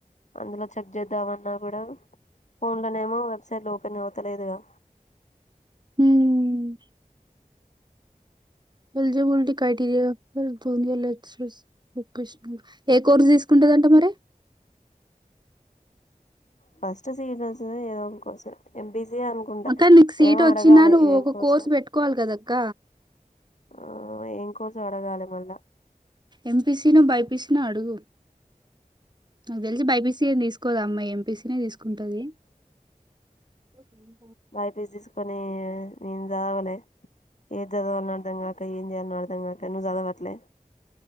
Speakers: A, on the left; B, on the right.
A: అందులో చెక్ చేద్దామన్నా కూడా ఫోన్ లోనేమో వెబ్సైట్ ఓపెన్ అవతలేదుగా
B: హుమ్ ఎలిజిబిలిటీ క్రైటెరియా <unintelligible> ఏ కోర్సు తీసుకుంట దంట మరి
A: ఫస్ట్ సిఈటీస్ ఏదో ఒక కోర్సు ఎంపీసీఏ అనుకుంటా
B: అక్క నీకు సీట్
A: ఏమో
B: వచ్చిందా
A: అడగాలి
B: నువ్వు
A: ఏం
B: ఒక
A: కోర్సో
B: కోర్స్ పెట్టుకోవాలి కదా అక్క
A: ఆ ఏం కోర్స్ అడగాలే మళ్ళా
B: ఎంపీసీ నో బైపీసి నో అడుగు నాకు తెలిసి బైపీసీ తీసుకోదు ఆ అమ్మాయి ఎంపీసీనే తీసుకుంటది ఓకే అండి
A: బైపిసి తీసుకొని నేను చావాలే ఏది చదవాలని అర్థం కాక ఏం చేయాలని అర్థం కాక నువ్వు చదవట్లే